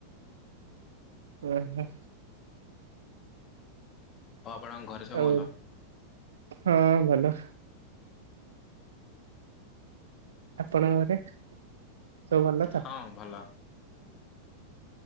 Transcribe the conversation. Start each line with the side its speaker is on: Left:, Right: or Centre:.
Right: ଓ ହୋ।
Left: ଆଉ ଆପଣଙ୍କ ଘରେ ସବୁ
Right: ଆଉ
Left: ଭଲ?
Right: ହଁ ଭଲ। ଆପଣ ଘରେ ସବୁ ଭଲତ?
Left: ହଁ ଭଲ।